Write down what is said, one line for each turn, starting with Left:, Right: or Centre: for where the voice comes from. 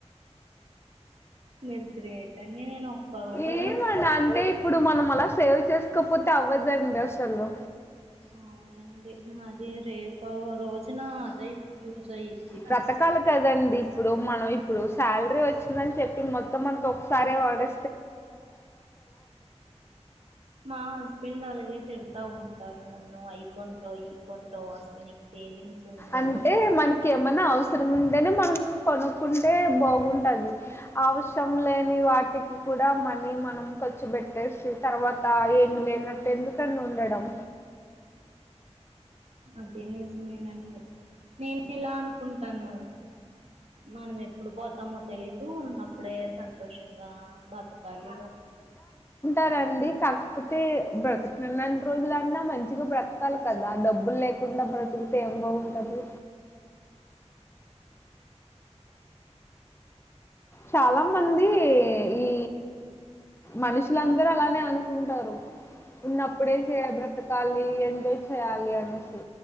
Right: మీరు గ్రేట్ అండి నేను రూపాయి
Left: ఏమండి
Right: కూడా సేవ్-
Left: అంటే ఇప్పుడు మనం అలా సేవ్ చేసుకోపోతే అవ్వద్దండి అసలు
Right: అవునండి మాది రేపు రోజున అదే యూజ్ అయ్యిద్ది
Left: బతకాలి కదండి ఇప్పుడు మనం ఇప్పుడు శాలరీ వచ్చిందని చెప్పి మొత్తం మన మొత్తం అంత ఒకసారే వడే
Right: మా హస్బెండ్ అలాగే తిడతా ఉంటారు నన్ను అయి కొంటావ్ ఈ కొంటావ్ అసలు నీకు సేవింగ్స్ ఉండవు
Left: అంటే మనకి ఏమైనా అవసరం ఉంటేనే మనం కొనుక్కుంటే బాగుంటది అవసరం లేని వాటికి కూడా మనీ మనం ఖర్చు పెట్ట్ట పేట్టేసి తర్వాత ఏమి లేనట్టు ఎందుకని ఉండడం.
Right: అదే నిజమేనండి నేను ఇలా అనుకుంటాను మనం ఎప్పుడు పోతామో తెలీదు ఉన్నప్పుడే సంతోషంగా బతకాలి.
Left: ారండి కాకపోతే బ్రతకి నన్ని రోజులన్నా మంచిగా బ్రతకాలి కదా డబ్బులు లే <unintelligible> ఏం బాగుంటది చాలా మంది ఈ మనుషులందరూ అలానే అనుకుంటారు. ఉన్నప్పుడే చే బ్రతకాలి ఎంజాయ్ చేయాలి అనేసి